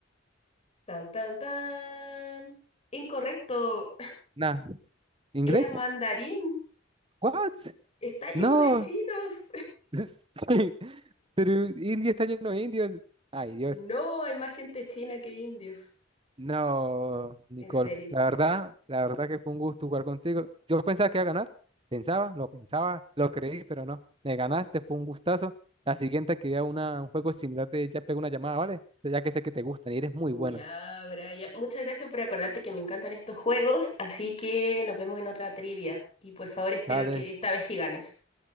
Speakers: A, on the left; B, on the right.
A: Tan, tan, tan. Incorrecto.
B: Nah, ¿inglés?
A: Era mandarín.
B: ¿What?
A: Está lleno
B: No,
A: de chinos.
B: <laughs> Sí, pero India está lleno de indios. Ay, Dios.
A: No, hay más gente china que indios.
B: No, Nicole,
A: En serio.
B: la verdad, la verdad que fue un gusto jugar contigo. Yo pensaba que iba a ganar, pensaba, lo pensaba, lo creí, pero no. Me ganaste, fue un gustazo. La siguiente que vea una, un juego similar, te ya pego una llamada, ¿vale? Ya que sé que te gustan y eres muy
A: Ujú.
B: buena.
A: Ya, Brian. Muchas gracias por acordarte que me encantan estos juegos. Así que nos vemos en otra trivia. Y por favor, espero
B: Dale,
A: que esta vez sí ganes.